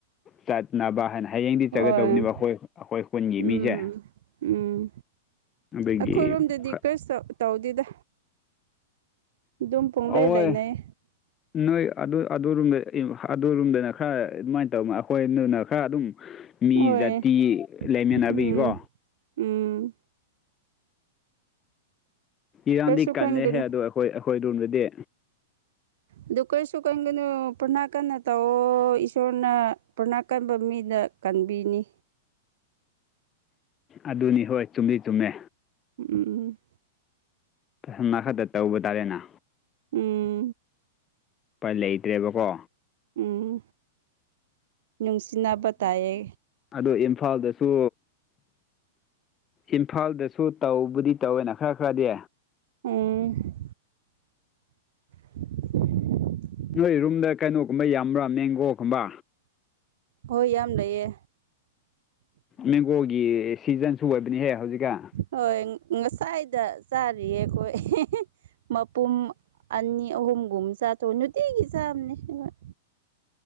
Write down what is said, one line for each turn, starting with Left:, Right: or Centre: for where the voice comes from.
Left: ꯆꯠꯅꯕ ꯍꯥꯏꯅ ꯍꯌꯦꯡꯗꯤ
Right: ꯍꯣꯏ
Left: ꯆꯠꯒꯗꯕꯅꯦꯕ ꯑꯩꯈꯣꯏ ꯑꯩꯈꯣꯏ ꯈꯨꯟꯒꯤ
Right: ꯎꯝ
Left: ꯃꯤꯁꯦ
Right: ꯎꯝ
Left: ꯑꯗꯨꯒꯤ
Right: ꯑꯩꯈꯣꯏꯔꯣꯝꯗꯗꯤ
Left: ꯈ-
Right: ꯀꯔꯤꯁꯨ ꯇꯧꯗꯦꯗ ꯑꯗꯨꯝ ꯄꯨꯡꯂꯩ
Left: ꯑꯍꯣꯏ
Right: ꯂꯩꯅꯩ
Left: ꯅꯣꯏ ꯑꯗꯨꯗ ꯑꯗꯨꯔꯣꯝꯗꯅ ꯈꯔ ꯑꯗꯨꯃꯥꯏꯅ ꯇꯧꯅꯤ ꯑꯩꯈꯣꯏꯅ ꯈꯔ ꯑꯗꯨꯝ ꯃꯤ
Right: ꯍꯣꯏ
Left: ꯖꯥꯇꯤ ꯂꯩꯃꯤꯟꯅꯕꯤꯒꯤꯀꯣ
Right: ꯎꯝ ꯎꯝ
Left: ꯏꯔꯥꯡꯗꯤ
Right: ꯀꯩꯁꯨ ꯈꯟꯒꯅꯨ
Left: ꯀꯜꯂꯦꯍꯦ ꯑꯗꯨꯗꯣ ꯑꯩꯈꯣꯏ ꯑꯩꯈꯣꯏ ꯔꯣꯝꯗꯗꯤ
Right: ꯑꯗꯨ ꯀꯩꯁꯨ ꯈꯟꯒꯅꯨ ꯄ꯭ꯔꯊꯅꯥ ꯀꯟꯅ ꯇꯑꯣ ꯏꯁꯣꯔꯅ ꯄꯔꯅꯥ ꯀꯟꯕ ꯃꯤꯗ ꯀꯟꯕꯤꯅꯤ
Left: ꯑꯗꯨꯅꯤ ꯍꯣꯏ ꯆꯨꯝꯃꯤ ꯆꯨꯝꯃꯦ
Right: ꯎꯝ
Left: ꯑꯃ ꯈꯛꯇ ꯇꯧꯕ ꯇꯥꯔꯦꯅꯥ
Right: ꯎꯝ
Left: ꯎꯄꯥꯢ ꯂꯩꯇ꯭ꯔꯦꯕꯀꯣ
Right: ꯎꯝ ꯅꯨꯡꯁꯤꯅꯕ ꯇꯥꯏꯌꯦ
Left: ꯑꯗꯨ ꯏꯝꯐꯥꯜꯗꯁꯨ ꯏꯝꯐꯥꯜꯗꯁꯨ ꯇꯧꯕꯨꯗꯤ ꯇꯧꯋꯦꯅ ꯈꯔ ꯈꯔꯗꯤ
Right: ꯎꯝ <unintelligible> <inaudible>
Left: ꯅꯣꯏ ꯔꯨꯝꯗ ꯀꯩꯅꯣꯒꯨꯝꯕ ꯌꯥꯝꯕ꯭ꯔꯥ ꯃꯦꯡꯒꯣꯒꯨꯝꯕ
Right: ꯍꯣꯏ ꯌꯥꯝ ꯂꯩꯌꯦ
Left: ꯃꯦꯡꯒꯣꯒꯤ ꯁꯤꯖꯟꯁꯨ ꯑꯣꯏꯕꯅꯤꯍꯦ ꯍꯧꯖꯤꯛꯀꯥꯟ
Right: ꯍꯣꯏ ꯉꯁꯥꯏꯗ ꯆꯥꯔꯤꯌꯦ ꯑꯩꯈꯣꯏ ꯃꯄꯨꯝ ꯑꯅꯤ ꯑꯍꯨꯝꯒꯨꯝ ꯆꯥꯊꯣꯛ ꯅꯨꯡꯇꯤꯒꯤ ꯆꯥꯕꯅꯦ ꯍꯣꯏ